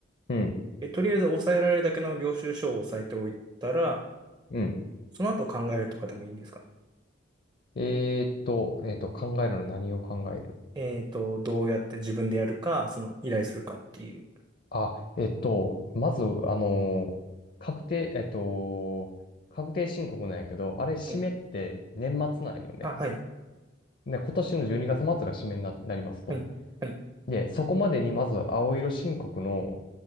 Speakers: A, on the left; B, on the right.
A: うん、
B: え、とりあえず抑えられるだけの領収書を抑えておいたら、
A: うん。
B: その後考えるとかでもいいんですか
A: えーっと、えーっと、考えるの何を考える
B: えっと、どうやって自分でやるか、その依頼するかっていう。
A: あ、えっと、まず、あのー確定、えっと、確定申告なんやけど、あれ、締めって年末なんよね。
B: はいあ、はい、
A: で、今年の12月末が締めにな、なりますと。
B: はい、はい、
A: で、そこまでにまず青色申告の、